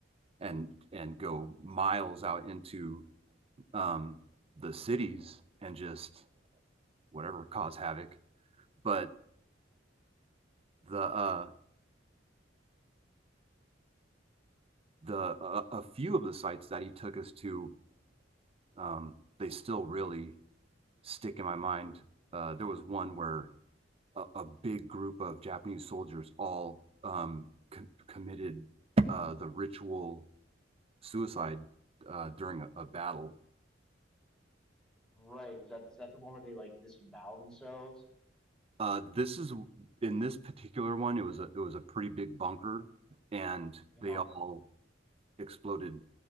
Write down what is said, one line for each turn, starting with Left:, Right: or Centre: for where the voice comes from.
Right: and and go miles out into um, the cities and just whatever cause havoc. But the uh, the uh, a few of the sites that he took us to, um, they still really stick in my mind. Uh, there was one where a, a big group of Japanese soldiers all um, co- committed uh, the ritual suicide uh, during a, a battle.
Centre: right. Is that is that the one where they like disembowel themselves?
Right: Uh, this is in this particular one. It was a it was a pretty big bunker, and
Centre: Uh-huh.
Right: they all exploded